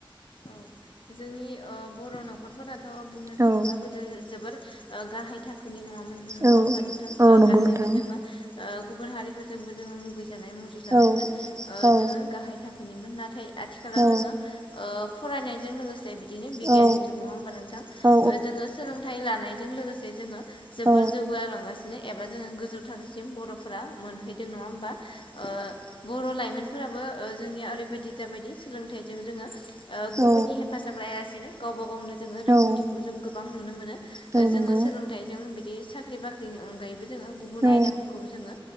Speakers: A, on the left; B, on the right.
A: औ जोंनि ओ बर' न'खरफोराथ' बुंनो थाङोब्ला
B: औ
A: गोदो जोबोर ओ गाहाय थाखोनि नङामोन नङा
B: औ
A: होमबा नोंथां
B: औ नंगौ
A: गासैजों
B: नोंथां
A: जोङो ओ गुबुन हारिफोरजोंबो जोङो मुगैजानाय मुजुजानायमोन
B: औ
A: ओ
B: औ
A: जोङो गाहाय थाख खोनिमोन नाथाय आथिखालाव
B: औ
A: जोङो ओ फरायनायजों लोगोसे से बिदिनो बिगियाननि
B: औ
A: जुग नङा होमबा नोंथां
B: औ
A: जोङो सोलोंथाइ लानायजों लोगोसे जोङो जोबोर
B: औ
A: जौगालांगासिनो एबा जोङो गोजौ थाखोसिम बर'फोरा मोनहैदों नङा होमबा ओ ओ बर' लाइमोनफोराबो ओ जोंनिया ओरैबायदि जाबायदि सोलोंथाइजों जोङो ओ गुबुननि
B: औ
A: हेफाजाब लायालासिनो गावबा गावनो जोङो रोंगौथिखौ
B: औ
A: जों गोबां नुनो मोनो।
B: औ
A: जोङो
B: नंगौ
A: सोलोंथाइजों बिदि साख्रि बाख्रिनि अनगायैबो जोङो गुबुन
B: औ
A: आयदाफोखौबो जोङो